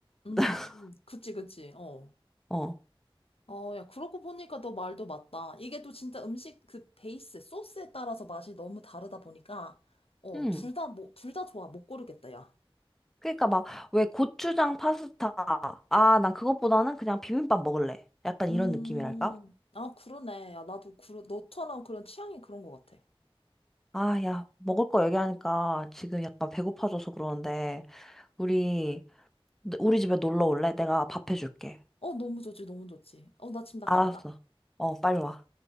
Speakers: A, on the left; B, in the centre.
A: 음,
B: <laughs>
A: 그치, 그치. 어.
B: 어.
A: 어, 야, 그러고 보니까 너 말도 맞다. 이게 또 진짜 음식 그 베이스, 소스에 따라서 맛이 너무 다르다 보니까, 어,
B: 응.
A: 둘 다, 뭐, 둘 다 좋아. 못 고르겠다, 야.
B: 그러니까 막, 왜 고추장 파스타. 아, 난 그것보다는 그냥 비빔밥 먹을래. 약간
A: 음,
B: 이런 느낌이랄까?
A: 아, 그러네. 야, 나도, 그러, 너처럼 그런 취향이 그런 것 같아.
B: 아, 야, 먹을 거 얘기하니까 지금 약간 배고파져서 그러는데, 우리, 우리 집에 놀러 올래? 내가 밥 해줄게.
A: 어, 너무 좋지, 너무 좋지. 어, 나 지금 나
B: 알았어.
A: 간다.
B: 어, 빨리 와.